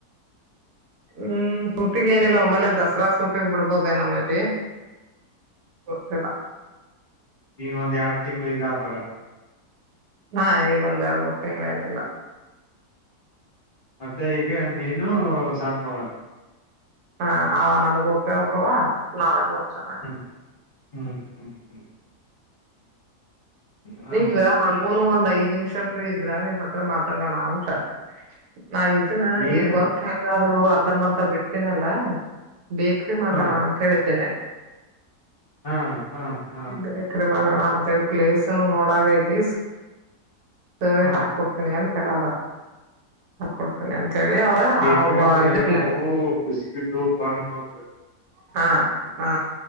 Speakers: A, on the right; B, on the left.
A: ಹ್ಮ್ ಸೂತಿಗ್ ಏನಿಲ್ಲ ಒಮ್ಮೇಲೆ ದಸರಾ ಸೂತಿಗ್ ಬಿಡ್ಬೋದ ದೇನು ಮೇಬಿ ಗೊತ್ತಿಲ್ಲ
B: ಈಗ ಒಂದಂದು ಎರಡು ತಿಂಗ್ಗಳು ಇಲ್ಲಾಂದಾರೆ
A: ಹಾ ಈಗ ಒಂದ್ ಎರಡ್ ಮೂರ್ ತಿಂಗಳು ಏನಿಲ್ಲ
B: ಮತ್ತೆ ಈಗ ನೀನು ಸನ್ ಮಳ
A: ಹ ಅವ ನಮ್ಗ ಒಪ್ಪೆ ಒಬ್ಬವ ನಾಳೆ ನೂರ್ ಚೆನ್ನ
B: ಹ್ಮ್ ಹ್ಮ್ ಹ್ಮ್ ಹಾ
A: ನಿಮ್ದ ಹಂಗುನು ಒಂದ್ ಐದ ನಿಮಷ ಫ್ರೀ ಇದ್ರ ನಿಮ ಹತ್ರ ಮಾತಾಡೋಣ ಅಂತ ನಾ ಅನ
B: ಏನ
A: ಈಗಗ್ ವರ್ಕ್ ಹಾದ್ರು ಅರ್ಧ ಮರ್ಧ ಬಿಡ್ತನಲ್ಲ ಬೇಕ್ರ ಮಗೋಣ
B: ಹಾ
A: ಅಂತ ಹೇಳಿದ್ದೇನೆ
B: ಹಾ ಹಾ ಹಾ
A: ಬೇಕ್ರ ಮಾಡೋಣ ಅಂತೇಳಿ ಪ್ಲೇಸ್ ನೋಡಾಗೈತಿ ಸರಿ
B: ಹಾ
A: ಹಾಕ ಕೊಡ್ತೀನಿ ಅಂತ ಹೇಳಾರ ಹಾಕ ಕೊಡ್ತೀನಿ ಅಂತ ಹೇಳಿ ಅವ
B: ಬೇಕ್ರಿ
A: ಅವ
B: ಅಂದರೆ
A: ಇದು
B: ನಾವು ಬಿಸ್ಕಿಟು ಬನ್ ಹಬೇಕ
A: ಹಾ ಹಾ